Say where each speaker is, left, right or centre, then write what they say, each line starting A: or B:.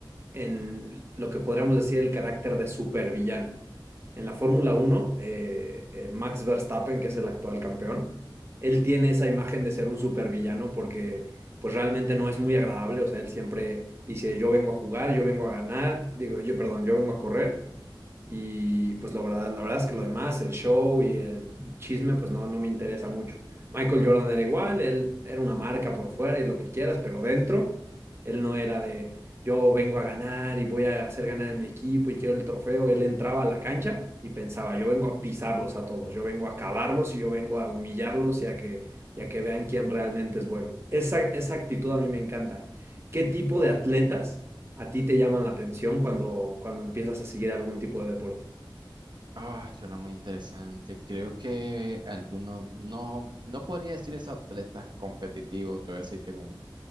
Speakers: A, on the right; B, on the right.
A: en lo que podríamos decir el carácter de supervillano. En la Fórmula uno eh, eh, Max Verstappen, que es el actual campeón, él tiene esa imagen de ser un supervillano porque pues realmente no es muy agradable, o sea, él siempre dice, yo vengo a jugar, yo vengo a ganar, digo, yo, perdón, yo vengo a correr y pues la verdad, la verdad es que lo demás, el show y el chisme, pues no, no me interesa mucho. Michael Jordan era igual, él era una marca por fuera y lo que quieras, pero dentro, él no era de yo vengo a ganar y voy a hacer ganar a mi equipo y quiero el trofeo. Él entraba a la cancha y pensaba, yo vengo a pisarlos a todos, yo vengo a acabarlos y yo vengo a humillarlos y a que, y a que vean quién realmente es bueno. Esa, esa actitud a mí me encanta. ¿Qué tipo de atletas? ¿A ti te llaman la atención cuando, cuando empiezas a seguir algún tipo de deporte?
B: Ah, suena muy interesante. Creo que algunos, no, no podría decir es atletas competitivos, te voy a decir que me